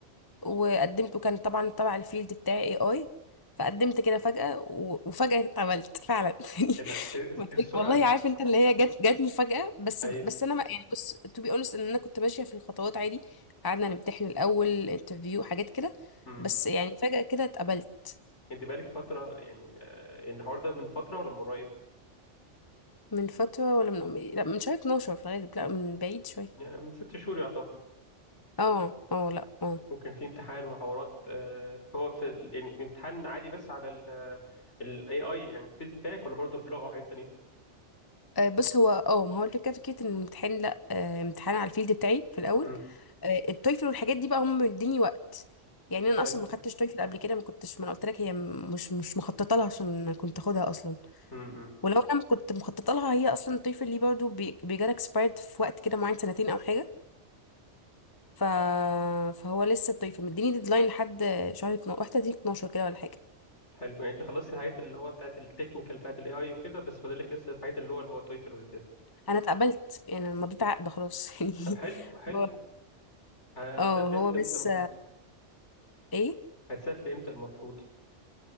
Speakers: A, on the left; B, on the left.
A: وقدمت وكان طبعا تبع الفيلد بتاعي اي اي فقدمت كده فجاه و- وفجاه اتعملت فعلا <laughs> يعني
B: ايه ده ايه إيه
A: ما تقول-
B: إيه السرعه
A: والله
B: دي
A: عارف انت اللي هي جت جت مفاجاه بس
B: ايوه
A: بس انا ما يعني بص تو بي اونست ان انا كنت ماشيه في الخطوات عادي قعدنا نمتحن الاول انترفيو حاجات كده
B: امم
A: بس يعني فجأة كده اتقبلت
B: انت بقالك فتره يعني آه، يعني الحوار ده من فتره ولا من قريب
A: من فترة ولا من أمي؟ لا من شهر 12 في الغالب لا من بعيد شوية
B: يعني من ست شهور يعتبر
A: اه اه لا اه
B: وكان في امتحان وحوارات آه، هو في ال- يعني امتحان عادي بس على الاي اي يعني الفيلد بتاعك ولا برضه في اللغه وحاجات تانية
A: آه، بص هو اه ما هو الفكرة فكرة ان الامتحان لا آه، امتحان على الفيلد بتاعي في الأول
B: امم
A: آه، التويفل والحاجات دي بقى هم مديني وقت يعني انا
B: حلو
A: اصلا ما خدتش تويفل قبل كده ما كنتش ما أنا قلت لك هي م- مش مش مخططه لها عشان كنت اخدها اصلا
B: امم
A: ولو انا ما كنت مخططه لها هي اصلا التويفل دي برضه بيجالك اكسبايرد في وقت كده معين سنتين او حاجه ف... فهو لسه التويفل مديني ديدلاين لحد شهر 12 31 12 كده ولا حاجه
B: حلو يعني انت خلصتي الحاجات اللي هو بتاعت التكنيكال بتاعت الاي اي وكده بس فاضلك لسه الحاجات اللي هو اللي هو تويفل وكده
A: انا اتقبلت يعني أنا مضيت عقد خلاص <laughs> يعني
B: طب حلو حلو
A: هو
B: هتسافري
A: اه هو
B: امتى
A: بس
B: امتى المفروض
A: ايه
B: هتسافري امتى المفروض